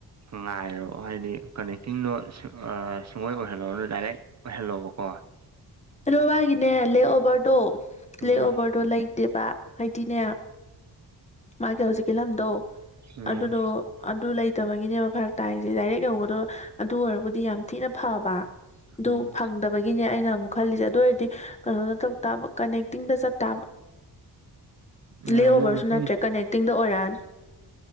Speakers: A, on the right; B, on the left.
A: ꯉꯥꯏꯔꯣ ꯍꯥꯏꯗꯤ ꯀꯅꯦꯛꯇꯤꯡꯗꯣ ꯁꯨꯡꯑꯣꯣꯏ ꯑꯣꯏꯍꯜꯂꯨꯔꯅ ꯗꯥꯏꯔꯦꯛ ꯍꯦꯜꯂꯣꯕꯀꯣ <unintelligible>
B: ꯑꯂꯣ ꯃꯥꯒꯤꯅꯦ ꯂꯦꯛꯑꯣꯚꯔꯗꯣ
A: ꯎꯝ
B: ꯂꯦꯛꯑꯣꯚꯔꯗꯣ ꯂꯩꯇꯦꯕ ꯍꯥꯏꯗꯤꯅꯦ ꯃꯥꯒꯤ ꯍꯧꯖꯤꯛꯀꯤ ꯂꯝꯗꯣ
A: ꯎꯝ
B: ꯑꯗꯨꯗꯣ ꯑꯗꯨ ꯂꯩꯇꯕꯒꯤꯅꯦꯕ ꯐꯔꯛ ꯇꯥꯏꯁꯦ ꯗꯥꯏꯔꯦꯛ ꯌꯧꯕꯗꯣ ꯑꯗꯨ ꯑꯣꯏꯔꯕꯨꯗꯤ ꯌꯥꯝ ꯊꯤꯅ ꯐꯕ ꯑꯗꯨ
A: ꯎꯝ
B: ꯐꯪꯗꯕ ꯒꯤꯅꯦ ꯑꯩꯅ ꯑꯃꯨꯛ ꯈꯜꯂꯤꯁꯦ ꯑꯗꯨ ꯑꯣꯏꯔꯗꯤ ꯀꯩꯅꯣꯅ ꯇꯧ ꯇꯥꯕ ꯀꯅꯦꯛꯇꯤꯡꯗ ꯆꯠꯇꯥꯕ
A: ꯌꯥꯏꯗ
B: ꯂ꯭ꯂꯦꯑꯣꯚꯔꯁꯨ
A: ꯅꯨꯄꯤ
B: ꯅꯠꯇ꯭ꯔꯦ ꯀꯅꯦꯛꯇꯤꯡꯗ ꯑꯣꯏꯔꯛ